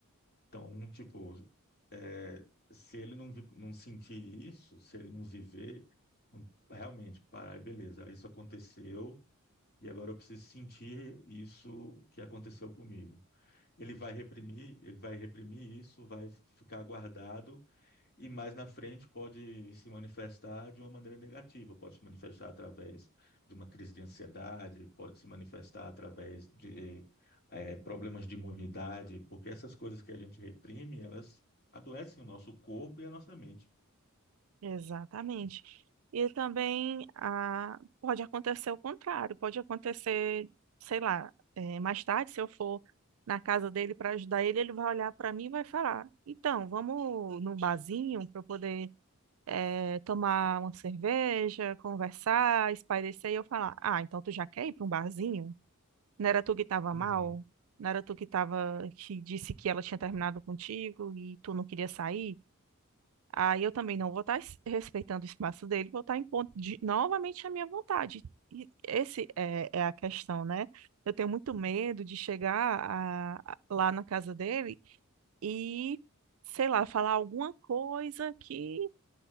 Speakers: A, on the left (about 50°); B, on the right (about 75°).
A: Então, tipo, é, se ele não, vi- não sentir isso, se ele não viver, um- realmente, parar, e beleza, isso aconteceu e agora eu preciso sentir isso que aconteceu comigo. Ele vai reprimir, ele vai reprimir isso, vai ficar guardado e mais na frente pode se manifestar de uma maneira negativa, pode se manifestar através de uma crise de ansiedade, pode se manifestar através de eh, problemas de imunidade, porque essas coisas que a gente reprime, elas adoecem o nosso corpo e a nossa mente.
B: Exatamente. E também ah, pode acontecer o contrário, pode acontecer, sei lá, eh, mais tarde, se eu for na casa dele para ajudar ele, ele vai olhar para mim e vai falar: Então, vamos num barzinho para eu poder eh, tomar uma cerveja, conversar, espairecer e eu falar: Ah, então tu já quer ir para um barzinho? Não era tu que tava
A: Uhum.
B: mal? Não era tu que tava, que disse que ela tinha terminado contigo e tu não queria sair? Aí eu também não vou estar respeitando o espaço dele, vou estar impondo de, novamente a minha vontade. E esse é, é a questão, né? Eu tenho muito medo de chegar a- a- lá na casa dele e, sei lá, falar alguma coisa que